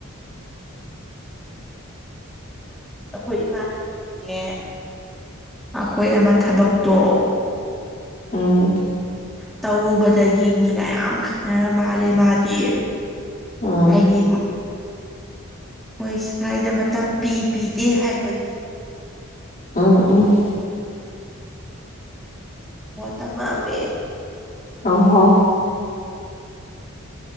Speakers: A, in the centre; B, on the left.
A: ꯑꯈꯣꯏ ꯏꯃꯥꯟꯅꯕꯤꯗꯤꯅꯦ ꯑꯈꯣꯏ ꯑꯃ ꯊꯕꯛꯇꯣ
B: ꯎꯝ
A: ꯇꯧꯔꯨꯕꯗꯒꯤ ꯃꯤꯒꯌꯥꯝ ꯈꯠꯅ꯭ꯔ ꯃꯥꯜꯂꯦ ꯃꯥꯗꯤ
B: ꯎꯝ
A: ꯍꯥꯏꯗꯤ ꯃꯣꯏ ꯁꯥꯏꯗ ꯃꯇꯝ ꯄꯤ ꯄꯤꯗꯦ ꯍꯥꯏꯕ
B: ꯎꯝ ꯎꯝ
A: ꯇꯝ ꯃꯛ ꯑꯝꯃꯦ
B: ꯑꯣ ꯍꯣ
A: <inaudible> <unintelligible>